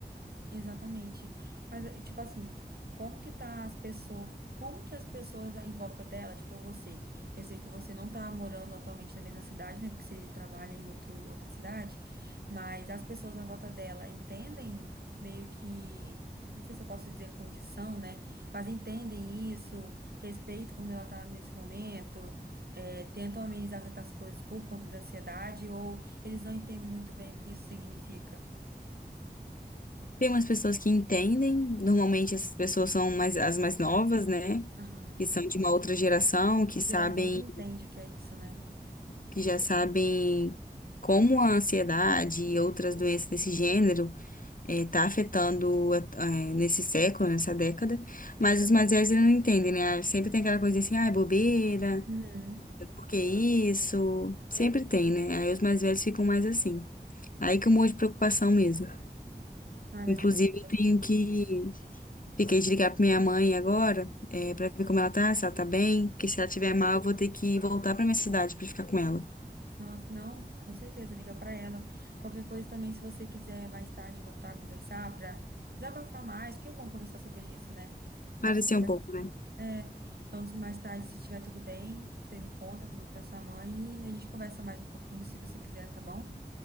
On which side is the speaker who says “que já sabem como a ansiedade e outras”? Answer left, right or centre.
Left